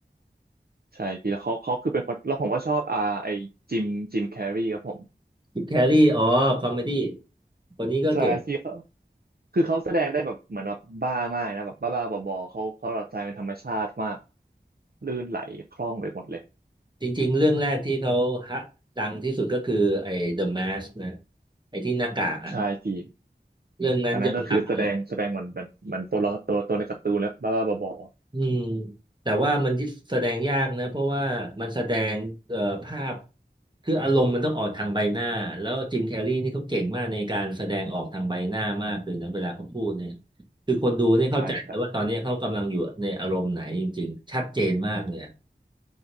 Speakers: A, on the right; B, on the right.
A: ใช่พี่แล้วเขาเขาคือเป็นคนแล้วผมก็ชอบอ่าไอจิมจิมแคร์รีครับผม
B: จิบแครรี่อ๋อคอมเมดี้คนนี้ก็เก่ง
A: ใช่ที่เขาคือเขาแสดงได้แบบเหมือนแบบบ้ามากนะแบบบ้าๆบอๆเขาเขาหลับใจเป็นธรรมชาติมากลื่นไหลคล่องไปหมดเลย
B: จริงๆเรื่องแรกที่เขาฮะดังที่สุดก็คือไอ้ The Mask นะไอ้ที่หน้ากากอะ
A: ใช่พี่
B: เรื่องนั้นยอมรับเลย
A: อันนั้นก็คือแสดงแสดงเหมือนแบบเหมือนตัวละตัวตัวในการ์ตูนแล้วบ้าๆบอ
B: อืมแต่ว่ามันแสดงยากนะเพราะว่ามันแสดงเอ่อภาพคืออารมณ์มันต้องออกทางใบหน้าแล้วจิมแคร์รีนี่เขาเก่งมากในการแสดงออกทางใบหน้ามากเลยนะเวลาเขาพูดเนี่ยคือคนดูเนี่ยเข้าใจแต่ว่าตอนนี้เขากำลังอยู่ในอารมณ์ไหนจริงๆชัดเจนมากเลยอะ
A: ๆใช่ครับ